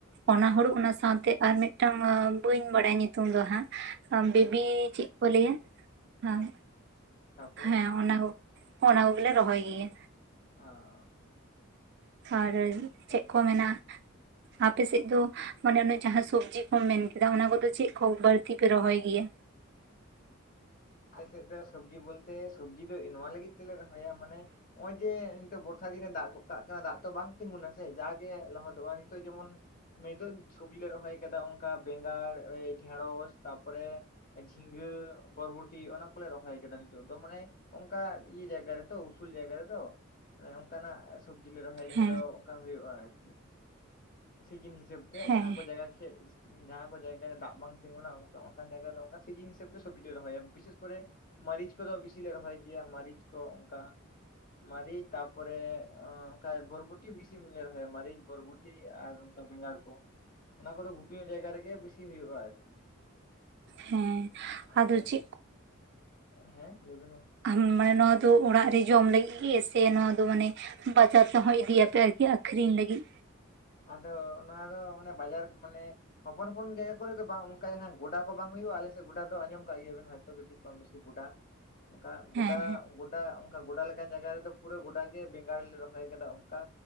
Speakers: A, on the right (about 55°); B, on the left (about 45°).
A: ᱚᱱᱟ
B: ᱦᱮᱸ
A: ᱦᱳᱲᱳ ᱚᱱᱟ ᱥᱟᱶᱛᱮ ᱟᱨ ᱢᱤᱫ ᱴᱟᱝ ᱵᱟᱹᱧ ᱵᱟᱰᱟᱭ-ᱟ ᱧᱩᱛᱩᱢ ᱫᱚ ᱦᱟᱸᱜ ᱵᱤᱵᱤ
B: ᱟᱪᱪᱷᱟ ᱟᱪᱪᱷᱟ
A: ᱪᱮᱫ ᱠᱚ ᱞᱟᱹᱭ-ᱟ ᱦᱟᱸᱜ
B: ᱦᱮᱸ ᱛᱟᱯᱚᱨᱮ
A: ᱦᱮᱸ ᱚᱱᱟ ᱠᱚ ᱚᱱᱟ ᱠᱚᱜᱮ ᱞᱮ ᱨᱚᱦᱚᱭ ᱜᱮᱭᱟ
B: ᱚᱸ
A: ᱟᱨ ᱪᱮᱫ ᱠᱚ
B: ᱜᱮᱭᱟ
A: ᱢᱮᱱᱟ ᱟᱯᱮ ᱥᱮᱫ ᱫᱚ ᱢᱟᱱᱮ ᱚᱱᱮ ᱡᱟᱦᱟᱸ ᱥᱚᱵᱽᱡᱤ ᱠᱚᱢ ᱢᱮᱱ ᱠᱮᱫᱟ ᱚᱱᱟ ᱠᱚᱫᱚ ᱪᱮᱫ ᱠᱚ ᱵᱟᱹᱲᱛᱤ ᱯᱮ ᱨᱚᱦᱚᱭ ᱜᱮᱭᱟ᱾
B: ᱟᱞᱮ ᱥᱮᱫ ᱫᱚ ᱥᱚᱵᱽᱡᱤ ᱵᱚᱞᱛᱮ ᱥᱚᱵᱡᱤ ᱫᱚ ᱱᱚᱣᱟ ᱞᱟᱹᱜᱤᱫ ᱛᱮᱞᱮ ᱨᱚᱦᱚᱭᱟ ᱢᱟᱱᱮ ᱱᱚᱜᱼᱚᱭ ᱡᱮ ᱱᱤᱛᱚᱜ <unintelligible> ᱫᱟᱜ ᱜᱚᱫ ᱠᱟᱜ ᱠᱟᱱᱟ ᱫᱟᱜ ᱛᱚ ᱵᱟᱝ ᱛᱤᱸᱜᱩᱱᱟ ᱥᱮ ᱡᱟᱜᱮ ᱞᱚᱦᱚᱫᱚᱜᱼᱟ ᱱᱤᱛᱚᱜ ᱡᱮᱢᱚᱱ ᱥᱚᱵᱽᱡᱤ ᱞᱮ ᱨᱚᱦᱚᱭ ᱠᱟᱫᱟ ᱚᱱᱠᱟ ᱵᱮᱸᱜᱟᱲ ᱰᱷᱮᱸᱲᱚᱥ ᱛᱟᱨ ᱯᱚᱨᱮ᱾ ᱡᱷᱤᱸᱜᱟ. ᱵᱚᱨᱵᱚᱴ ᱴᱤ ᱚᱱᱟ ᱠᱚᱞᱮ ᱨᱚᱦᱚᱭ ᱠᱟᱫᱟ ᱱᱤᱛᱚᱜ ᱛᱚ ᱢᱟᱱᱮ ᱚᱱᱠᱟ ᱤᱭᱟᱹ ᱡᱟᱭᱜᱟ ᱨᱮᱛᱚ ᱩᱥᱩᱞ ᱡᱟᱭᱜᱟ ᱨᱮᱛᱚ ᱚᱱᱠᱟᱱᱟᱜ ᱥᱚᱵᱡᱤᱞ ᱞᱮ ᱨᱚᱦᱚᱭᱟ ᱡᱟᱦᱟᱸ
A: ᱦᱮᱸ
B: ᱫᱚ ᱚᱱᱠᱟ ᱦᱳᱭᱳᱜᱼᱟ ᱟᱨᱠᱤ ᱥᱤᱡᱤᱱ ᱦᱤᱥᱟᱹᱵ ᱛᱮ
A: ᱦᱮᱸ
B: ᱡᱟᱦᱟᱸ ᱠᱚ ᱡᱟᱭᱜᱟ <unintelligible> ᱡᱟᱦᱟᱸ ᱠᱚ ᱡᱟᱭᱜᱟ ᱨᱮ ᱫᱟᱜ ᱵᱟᱝ ᱛᱤᱸᱜᱩᱱᱟ ᱡᱟᱭᱜᱟ ᱫᱚ ᱚᱱᱠᱟ ᱥᱤᱡᱤᱱ ᱦᱤᱥᱟᱹᱵ ᱛᱮ ᱥᱚᱵᱽᱡᱤ ᱞᱮ ᱨᱚᱦᱚᱭᱟ ᱵᱤᱥᱮᱥ ᱠᱚᱨᱮ ᱢᱟᱹᱨᱤᱪ ᱠᱚᱫᱚ ᱵᱤᱥᱤ ᱞᱮ ᱨᱚᱦᱚᱭ ᱜᱮᱭᱟ ᱢᱟᱹᱨᱤᱪ ᱠᱚ ᱚᱱᱠᱟ ᱢᱟᱨᱟᱹᱨᱤᱪ ᱛᱟᱯᱚᱨᱮ ᱚᱱᱠᱟ ᱵᱚᱨᱵᱚᱴᱤ ᱵᱤᱥᱤ ᱜᱮᱞᱮ ᱨᱚᱦᱚᱭᱟ ᱢᱟᱨᱤᱪ ᱵᱚᱨᱵᱚᱴᱤ <unintelligible> ᱟᱨ ᱚᱱᱠᱟ ᱵᱮᱸᱜᱟᱲ ᱠᱚ ᱚᱱᱟ ᱠᱚᱫᱚ ᱜᱷᱩᱴ ᱧᱚᱜ ᱡᱟᱭᱜᱟ ᱨᱮᱜᱮ ᱵᱮᱥᱤ ᱦᱩᱭᱩᱜᱼᱟ ᱟᱨᱠᱤ
A: ᱦᱮᱸ ᱟᱫᱚ
B: ᱟᱨ
A: ᱪᱮᱫ
B: ᱦᱮᱸ ᱞᱮᱵᱤᱱ ᱢᱟ
A: ᱟᱢ ᱢᱟᱱᱮ ᱱᱚᱣᱟ ᱫᱚ ᱚᱲᱟᱜ ᱨᱮ ᱡᱚᱢ ᱞᱟᱹᱜᱤᱫ ᱜᱮ ᱥᱮ ᱱᱚᱣᱟ ᱫᱚ ᱢᱟᱱᱮ ᱵᱟᱡᱟᱨ ᱛᱮ ᱦᱚᱸ ᱤᱫᱤᱭᱟᱯᱮ ᱟᱨᱠᱤ ᱟᱠᱷᱨᱤᱧ ᱞᱟᱹᱜᱤᱫ
B: ᱟᱫᱚ ᱚᱱᱟ ᱫᱚ ᱚᱱᱮ ᱵᱟᱡᱟᱨ ᱠᱚ ᱢᱟᱱᱮ ᱦᱚᱯᱚᱱᱼᱦᱚᱯᱚᱱ ᱡᱟᱭᱜᱟ ᱠᱚᱨᱮ ᱫᱚ ᱵᱟᱝ ᱚᱱᱠᱟ ᱜᱚᱰᱟ ᱠᱚ ᱵᱟᱝ ᱦᱩᱭᱩᱜᱼᱟ ᱟᱞᱮᱥᱮᱫ ᱜᱚᱰᱟ ᱫᱚ ᱟᱸᱚᱢ ᱠᱟᱜ ᱜᱮᱭᱟᱵᱮᱱ ᱦᱚᱭᱛᱳ ᱠᱟᱹᱴᱤᱡ ᱠᱚᱢ ᱵᱮᱥᱤ ᱜᱚᱰᱟ ᱚᱱᱠᱟ ᱜᱚᱰᱟ
A: ᱦᱮᱸ ᱦᱮᱸ
B: ᱜᱚᱰᱟ ᱚᱱᱠᱟ ᱜᱚᱰᱟ ᱞᱮᱠᱟᱱ ᱡᱟᱭᱜᱟ ᱨᱮᱫᱚ ᱯᱩᱨᱟᱹ ᱜᱚᱰᱟ ᱜᱮ ᱵᱮᱸᱜᱟᱲ ᱞᱮ ᱨᱚᱦᱚᱭ ᱟᱠᱟᱫᱟ ᱚᱱᱠᱟ